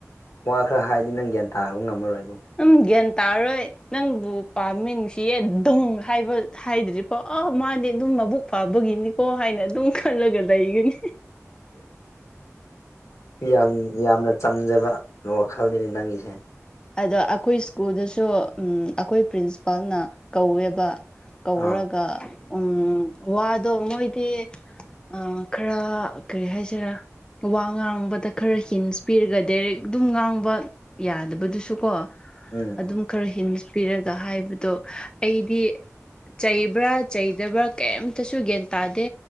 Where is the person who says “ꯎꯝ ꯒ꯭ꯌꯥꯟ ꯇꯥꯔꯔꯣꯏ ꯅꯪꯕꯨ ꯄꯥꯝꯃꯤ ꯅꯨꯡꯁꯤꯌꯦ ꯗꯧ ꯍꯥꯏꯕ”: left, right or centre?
Left